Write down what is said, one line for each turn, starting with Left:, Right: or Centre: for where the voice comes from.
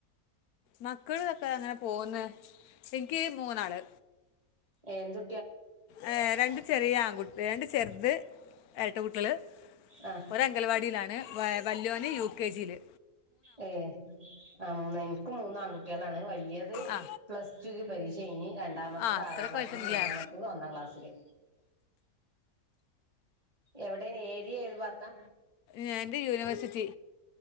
Left: മക്കള്തൊക്കെ അങ്ങനെ പോവ്ന്ന് ഇൻക്കീ മൂന്നാള്
Right: ഏന്ത്
Left: ഏ രണ്ട് ചെറിയ ആൺകുട്ട് രണ്ട് ചെർത് എര്ട്ട കുട്ടിയേള്
Right: ആ
Left: ഓരഅങ്കൽവാടീലാണ് വ വല്യോന് യു കെ ജീ ല്
Right: ഏ ആ നെൻക് മൂന്ന് ആൺകുട്ട്യാളാണ് വല്യേത്
Left: ആ
Right: പ്ലസ് ടുകിൽ പരീക്ഷ എയ്ഞ്ഞിരണ്ടാമത്തത്
Left: ആ അത്രയൊക്കെ
Right: ആറാം ക്ലാസില്
Left: വയസ്സുണ്ടല്ലേ
Right: മൂന്നാമത്തത് ഒന്നാം ക്ലാസില് എവിടേണ് ഏരിയ ഏത് ഭാത്താ
Left: ഞാൻ യൂനിവേഴ്സിറ്റി